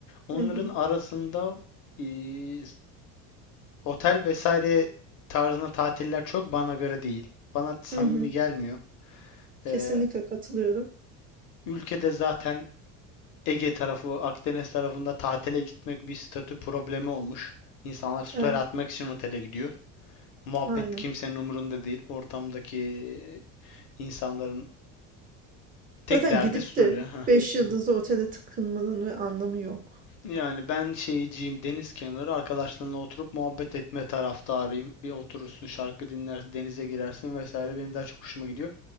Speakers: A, on the left; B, on the right.
A: Onların
B: Hı hı.
A: arasında eee, otel vesaire tarzına tatiller çok bana göre değil. Bana samimi
B: Hı hı.
A: gelmiyor.
B: Kesinlikle
A: Eee,
B: katılıyorum.
A: ülkede zaten Ege tarafı, Akdeniz tarafında tatile gitmek bir statü problemi olmuş. İnsanlar story
B: Evet,
A: atmak için otele gidiyor. Muhabbet
B: aynen.
A: kimsenin umurunda değil. Ortamdaki insanların tek
B: Zaten
A: derdi
B: gidip
A: story.
B: de
A: Ha,
B: 5 yıldızlı otele tıkınmanın ve anlamı yok.
A: Yani ben şeyciyim deniz kenarı arkadaşlarınla oturup muhabbet etme taraftarıyım. Bir oturursun şarkı dinlersin denize girersin vesaire benim daha çok hoşuma gidiyor.